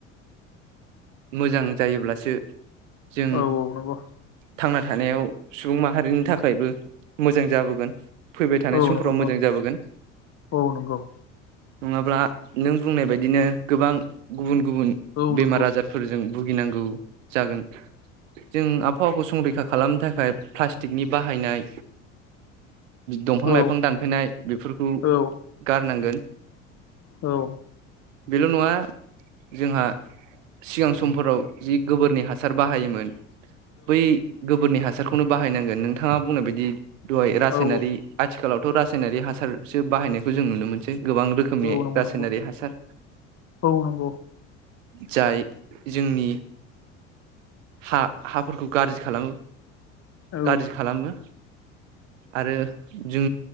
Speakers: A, on the right (about 75°); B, on the left (about 40°).
A: मोजां जायोब्लासो जों
B: औ औ नंगौ
A: थांना थानायाव सुबुं माहारिनि थाखायबो मोजां जाबोगोन। फैबाय थानाय
B: औ
A: समफ्राव
B: नंगौ नंगौ
A: मोजां जाबोगोन।
B: औ नंगौ
A: नङाब्ला नों बुंनाय बायदिनो गोबां गुबुन गुबुन
B: औ
A: बेमार
B: नंगौ
A: आजारफोरजों भुगिनांगौ जागोन जों आबहावाखौ संरैखा खालामनो थाखाय प्लास्टिकनि बाहायनाय दंफां
B: औ
A: लाइफां दानफायनाय बेफोरखौ
B: औ
A: गारनांगोन।
B: औ
A: बेल' नङा जोंहा सिगां समफोराव जि गोबोरनि हासार बाहायोमोन। बै गोबोरनि हास हासारखौनो बाहायनांगोन नोंथाङा बुंनाय बायदि दहाय रासायनारि
B: औ
A: आथिखालाव थ' रासायनारिक हासारसो बाहायनायखौ जों नुनो मोनसै। गोबां रोखोमनि
B: औ नंगौ
A: रासायनारि
B: नंगौ
A: हासार
B: औ नंगौ औ नंगौ औ
A: जाय जोंनि हा हाफोरखौ गाज्रि खालामो।
B: औ
A: गाज्रि खालामो। आरो जों